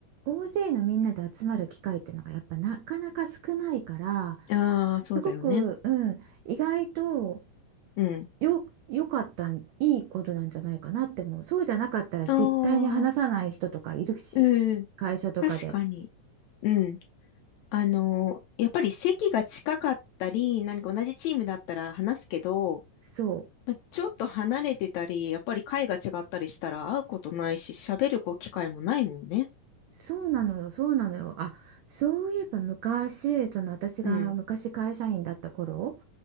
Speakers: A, on the right; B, on the left.
A: 大勢のみんなで集まる機会っていうのがやっぱなかなか少ないから
B: ああ、そうだよね。
A: すごく、うん、意外と
B: うん。
A: よ、良かったんいいことなんじゃないかなって思うそうじゃなかったら絶対に話さない人とかいるし会社とかで
B: ああ、うん。確かに。うん。あの、やっぱり席が近かったり、何か同じチームだったら話すけど、
A: そう
B: まちょっと離れてたり、やっぱり会が違ったりしたら会うことないし、喋るこう機会もないもんね。
A: そうなのよそうなのよあそういえば昔その私が昔会社員だった頃
B: うん。